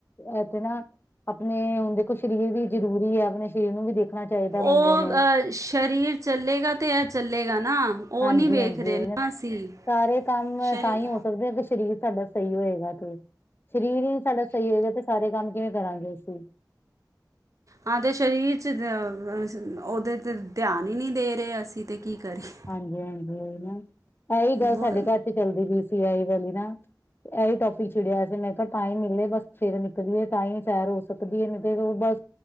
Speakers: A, on the left; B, on the right.
A: ਇਹ ਤੇ ਨਾ ਆਪਣੇ ਉਹ ਦੇਖੋ ਸਰੀਰ ਵੀ ਜਰੂਰੀ ਹੈ ਆਪਣੇ ਸਰੀਰ ਨੂੰ ਵੀ ਦੇਖਣਾ ਚਾਹੀਦਾ ਬੰਦੇ
B: ਉਹ
A: ਨੂੰ।
B: ਅਹ ਸਰੀਰ ਚੱਲੇਗਾ ਤੇ ਇਹ ਚੱਲੇਗਾ ਨਾ ਉਹ
A: ਹਾਂਜੀ
B: ਨਹੀਂ ਵੇਖ
A: ਹਾਂਜੀ
B: ਰਹੇ
A: ਉਹੀ ਨਾ ਸਾਰੇ
B: ਅਸੀਂ
A: ਕੰਮ
B: ਸਰੀ
A: ਤਾਂ ਹੀ ਹੋ ਸਕਦੇ ਆ ਸਰੀਰ ਸਾਡਾ ਸਹੀ ਹੋਏਗਾ ਤੇ ਸਰੀਰ ਹੀ ਸਾਡਾ ਸਹੀ ਹੋਏਗਾ ਤੇ ਸਾਰੇ ਕੰਮ ਕਿਵੇਂ ਕਰਾਂਗੇ ਅਸੀਂ
B: ਹਾਂ ਤੇ ਸਰੀਰ 'ਚ ਉਹਦੇ ' ਧਿਆਨ ਹੀ ਨਹੀਂ ਦੇ ਰਹੇ ਅਸੀਂ ਤੇ ਕੀ ਕਰੀਏ
A: ਹਾਂਜੀ ਹਾਂਜੀ ਇਹੀ ਗੱਲ
B: ਬਹੁ
A: ਸਾਡੇ ਘਰ ਚ ਚੱਲਦੀ ਪਈ ਸੀ ਆ ਵਾਲ ਨਾ ਇਹੀ ਟੋਪਿਕ ਛਿੜਿਆ ਸੀ ਮੈਂ ਕਿਹਾ ਟਾਈਮ ਮਿਲੇ ਬਸ ਫਰ ਨਿਕਲੀਏ ਤਾਂ ਹੀ ਸੈਰ ਸਕਦੀ ਹੈ ਨੇ ਤੇ ਉਹ ਬ